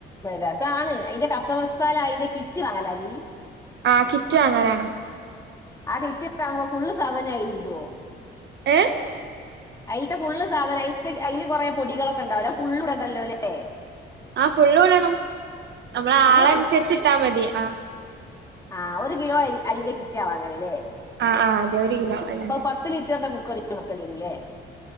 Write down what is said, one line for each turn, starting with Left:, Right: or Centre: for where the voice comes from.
Left: രസാണ് അയ്ന്റെ കബ്സ മസാല അയ്ന്റെ കിറ്റ് വാങ്ങലരി.
Right: ആഹ് കിറ്റ് വാങ്ങലാണ്.
Left: ആഹ്, കിറ്റ് <unintelligible> ഫുള്ള് സാധന അയില് ഇടോ?
Right: ഏഹ്
Left: അയിൽത്തെ ഫുള്ള് സാധനം അയി അയില് കുറെ പൊടികളൊക്കെ ഇണ്ടാവുലെ അത് ഫുള്ള് ഇടണ്ടല്ലോ അല്ലേ
Right: ആഹ്, ഫുള്ളു ഇടണം, നമ്മള്
Left: ഫുള്ള്
Right: ആളെ അനുസരിച്ചിട്ടാൽ മതി, ആഹ്.
Left: ആഹ്, ഒരു കിലോ അരി അയിന്റെ കിറ്റാവാങ്ങല് ല്ലേ
Right: ആ ആ അതെ ഒരു കിലോ അതിന്റെ
Left: അപ്പൊ അഹ് പത്ത് ലിറ്ററിന്റെ കുക്കറിൽ വെക്കേണ്ടി വരുല്ലേ.